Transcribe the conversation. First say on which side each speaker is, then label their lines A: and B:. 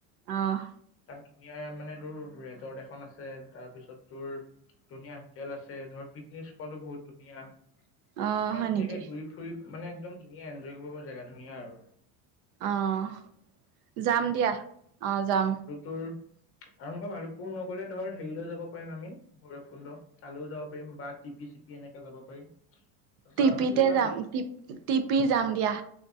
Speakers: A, on the right; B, on the left.
A: অহ।
B: ধুনীয়া মানে, তোৰ ৰেজৰ্ট এখন আছে, তাৰ পিছত তোৰ ধুনীয়া হোটেল আছে, ধৰ পিকনিক স্পটো বহুত ধুনীয়া। ইমান
A: অ হয়
B: ধুনীয়াকে
A: নেকি
B: ঘূৰি ফুৰিম। মানে একদম ধুনীয়া, এনজয় কৰিব পৰা জেগা, ধুনীয়া আৰু।
A: অহ। যাম দিয়া, অহ যাম।
B: আৰুনাইবা ভালুকপুং নগলে ধৰ, হেৰিলৈ যাব পাৰিম আমি ভৈৰৱ কুণ্ড তালৈও যাব পাৰিম বা টিপি-চিপি এনেকাে যাব পাৰিম
A: টি
B: যা
A: পিতে
B: যদি ওলাবি
A: যাম, টি-টি পি যাম দিয়া।